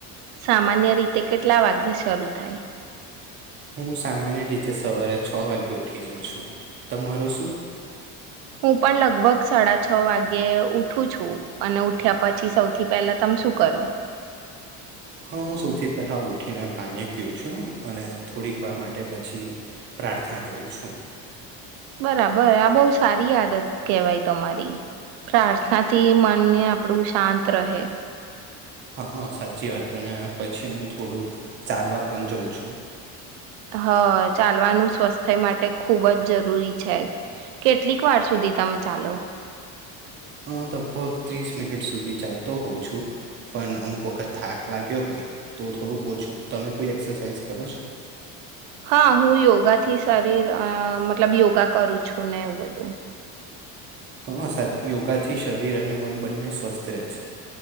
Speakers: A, on the right (about 80°); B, on the right (about 30°).
A: સામાન્ય રીતે કેટલા વાગ્યે શરૂ થાય
B: હું સામાન્ય રીતે સવારે છ વાગે ઉઠી જાઉં છું તમારું શું
A: હું પણ લગભગ સાડા છ વાગે ઉઠું છું અને ઉઠ્યા પછી સૌથી પહેલા તમે શું કરો
B: હા હું સૌથી પહેલાં ઉઠીને પાણી પીવું છું અને થોડીક વાર માટે પછી પ્રાર્થના કરું છું
A: બરાબર આ બહુ સારી આદત કહેવાય તમારી પ્રાર્થના થી મનને આપણું શાંત રહે
B: હા હ સાચી વાત અને પછી હું થોડુંક ચાલવા પણ જાઉં છું
A: હા ચાલવાનું સ્વાસ્થ્ય માટે ખુબ જ જરૂરી છે કેટલીક વાર સુધી તમે ચાલો
B: હ લગભગ ત્રીસ મિનિટ સુધી ચાલતો હોવુ છું પણ અમુક વખત થાક લાગ્યો હોય તો થોડુંક ઓછું તમે કોઈ એક્સરસાાઈઝ કરો છો
A: હા હું યોગા થી શરીર અ મતલબ યોગા કરું છું ને એવું બધું
B: હા સાચુ યોગાથી શરીર અને મન બંને સ્વસ્થ રહે છે